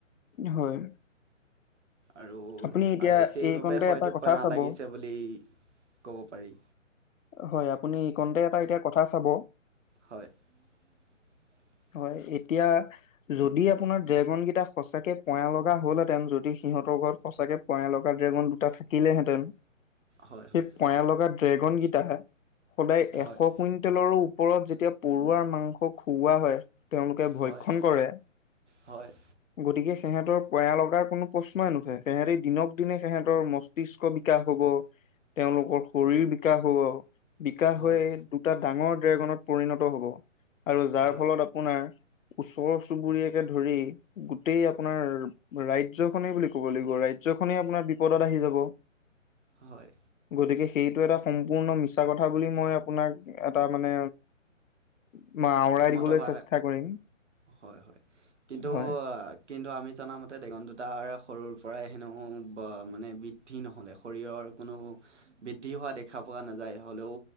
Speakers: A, on the left (about 85°); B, on the right (about 60°).
A: হয়।
B: আৰু
A: আপুনি এতিয়া
B: আৰু সেইবাবে
A: এইকণতে
B: হয়তো
A: এটা কথা
B: পয়া
A: চাব,
B: লাগিছে বুলি। ক'ব পাৰি।
A: হয়, আপুনি কণ্টেক এটা এতিয়া কথা চাব।
B: হয় <inaudible>
A: হয়। এতিয়া যদি আপোনাৰ ড্ৰেগন কেইটা সচাকে পয়া লগা হল হেতেন যদি সিহঁত ঘৰত সঁচাকে পয়া লগা ড্ৰেগন দুটা থাকিলেহেঁতেন।
B: হয়
A: সেই
B: হয়
A: পয়া লগা ড্ৰেগন গিতা সদায়
B: হয়
A: এশ কুইণ্টেলৰো ওপৰত যেতিয়া পৰুৱাৰ মাংস খুওৱা হয়। তেওঁলোকে ভক্ষণ
B: হয়
A: কৰে।
B: হয়
A: গতিকে সিহঁতৰ পয়ালগা লগাৰ কোনো প্ৰশ্নই নুঠে। তেহেতি দিনক দিনে সিহঁতৰ মস্তিষ্ক বিকাশ হব। তেওঁলোকৰ শৰীৰ বিকাশ হব। বিকাশ
B: হয়
A: হৈ দুটা ডাঙৰ ড্ৰেগনত পৰিণত হব আৰু যাৰ
B: হয়
A: ফলত আপোনাৰ ওচৰ চুবুৰীয়াকে ধৰি গোটেই আপোনাৰ ৰাজ্যখনেই বুলি ক'ব লাগিব। ৰাজ্য খনেই আপোনাৰ বিপদত আহি যাব।
B: হয়।
A: গতিকে সেইটো এটা সম্পূৰ্ণ মিছা কথা বুলি মই আপোনাক এটা মানে উম। আাওৰাই দিবলৈ
B: মতবাদ
A: চেষ্টা কৰিম।
B: হয় হয় কিন্তু
A: হয়,
B: কিন্তু আমি জাম মতে ডেগন দুটাৰ সৰুৰ পৰাই হেনো বা মানে বৃদ্ধি নহলে শৰীৰৰ কোনো বৃদ্ধি হোৱা দেখা প পোৱা নাযায় হ'লেও